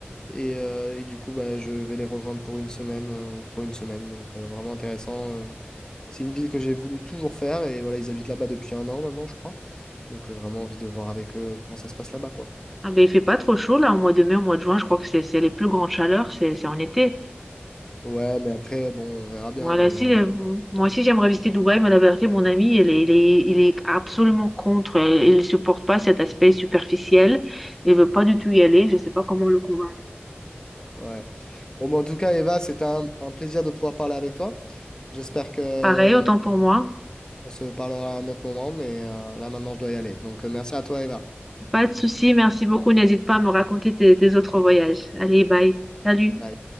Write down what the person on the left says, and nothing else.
et, euh, et du coup bah, je vais les rejoindre pour une semaine euh, pour une semaine donc euh, vraiment intéressant. euh. C'est une ville que j'ai voulu toujours faire et voilà ils habitent là-bas depuis un an maintenant je crois donc euh, vraiment envie de voir avec eux comment ça se passe là-bas quoi.
Ouais mais après bon on verra bien
mais
euh,
Ouais. Bon, mais en tout cas, Eva, c'était un, un plaisir de pouvoir parler avec toi. J'espère que
on,
on se parlera à un autre moment, mais euh, là maintenant, je dois y aller. Donc, euh, merci à toi, Eva.
Bye.